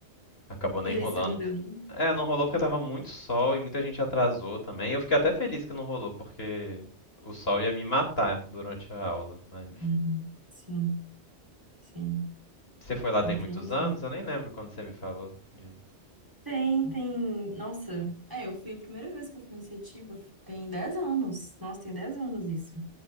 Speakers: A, on the left; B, on the right.
A: Acabou nem
B: E
A: rolando.
B: aí você não deu nenhum?
A: É, não rolou porque tava muito sol e muita gente atrasou também. Eu fiquei até feliz que não rolou, porque o sol ia me matar durante a aula, mas
B: Hum, sim, sim,
A: Você foi lá
B: entendi.
A: tem muitos anos? Eu nem lembro quando você me falou de.
B: Tem, tem. Nossa, é, eu fui a primeira vez que eu fui em Setiba, tem 10 anos. Nossa, tem 10 anos isso.